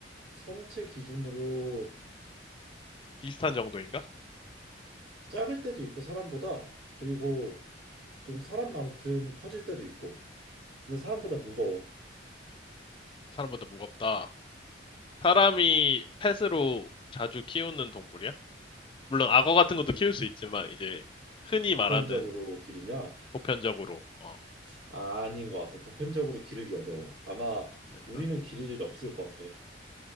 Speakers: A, on the right; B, on the left.
A: 성체 기준으로
B: 비슷한 정도인가?
A: 작을 때도 있고 사람보다 그리고 좀 사람만큼 커질 때도 있고. 근데 사람보다 무거워.
B: 사람보다 무겁다. 사람이 펫으로 자주 키우는 동물이야? 물론 악어 같은 것도 키울 수 있지만 이제 흔히
A: 보편적으로
B: 말하는
A: 기르냐?
B: 보편적으로 어,
A: 아닌 것 같아. 보편적으로 기르기 어려워. 아마
B: 된다.
A: 우리는 기를 일이 없을 것 같아.